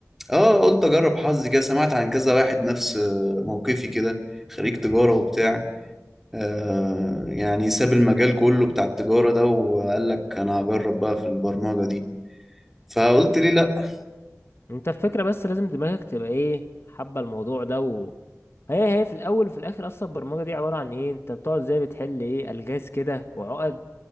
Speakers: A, in the centre; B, on the left.
A: اه قلت اجرب حظي كده سمعت عن كذا واحد نفس آه، موقفي كده خريج تجارة وبتاع آه يعني ساب المجال كله بتاع التجارة ده وقال لك انا هجرب بقى في البرمجة دي فقلت ليه لا
B: انت الفكرة بس لازم دماغك تبقى ايه حابة الموضوع ده و... هي هي في الاول وفي الاخر اصلا البرمجة دي عبارة عن ايه انت بتقعد زي بتحل ايه الغاز كده وعقد